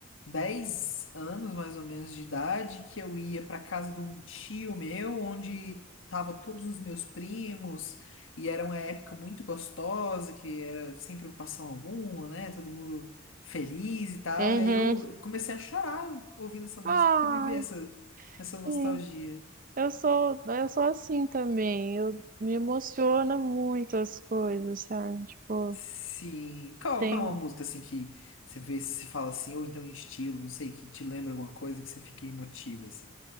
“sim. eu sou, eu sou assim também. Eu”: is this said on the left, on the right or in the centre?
Right